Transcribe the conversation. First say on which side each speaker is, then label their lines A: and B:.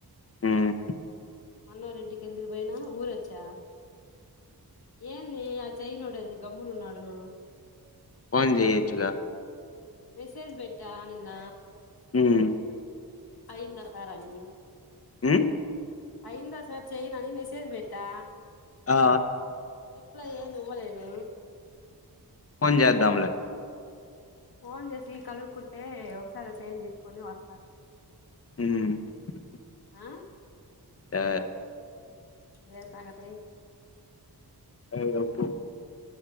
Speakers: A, on the left; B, on the left.
A: మ్మ్
B: మా అన్నోళ్ళ ఇంటికి ఎందుకు పోయినా ఊరొచ్చా ఏంది ఆ చైనోడు ఏంది గమ్మునున్నాడు
A: పోన్ చేయయిచ్చగా
B: మెసేజ్ పెట్టా నిన్న
A: హమ్
B: అయిందా సార్ అన్ని
A: మ్
B: అయిందా సార్ చెయన అని మెసేజ్ పెట్టా
A: ఆ
B: రిప్లై ఏమీ ఇవ్వలేదు
A: ఫోన్ చేద్దాంలే
B: ఫోన్ చేసి కనుక్కుంటే ఒకసారే చైన్ తీసుకొని వస్తా
A: మ్
B: ఆ
A: ఆ
B: ఏ సంగతి
A: ఐ <unintelligible>